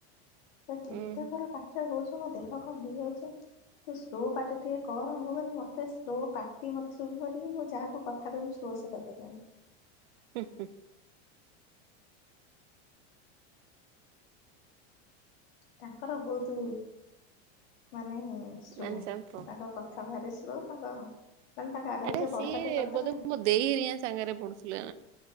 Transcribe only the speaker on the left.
କେତେ
ବଡ ପାଟି? କହୁଛୁ ମୋ ଦେହ କଣ ହେଇଯାଉଛି ତୁ ସ୍ଲୋ ପାଟି ଟିକେ କର ମୁଁ କହିଲି ମତେ ସ୍ଲୋ ପାଟି ମତେ ଶୁଭୁନି ମୁଁ ଯାହାକୁ କଥା କହିବି ଜୋର୍ ସେ କହିପାରିବିନି।
ତାଙ୍କର ବହୁତ ମାନେ ସ୍ଲୋ
ତାଙ୍କ କଥା। <unintelligible> ଭାରି ସ୍ଲୋ ତାଙ୍କ ମାନେ ତାଙ୍କ ଆଗରେ
ଯିଏ
ବଡ ପାଟି କରିଦେଲା